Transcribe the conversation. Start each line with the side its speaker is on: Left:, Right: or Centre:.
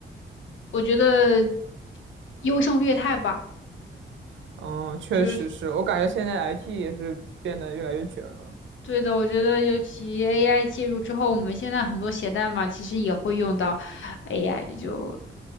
Left: 我觉得优胜劣汰吧，
Right: 嗯，确实是我感觉现在
Left: 就是
Right: IT 也是变得越来越卷了
Left: 对的。我觉得尤其 AI 介入之后，我们现在很多写代码其实也会用到 AI，就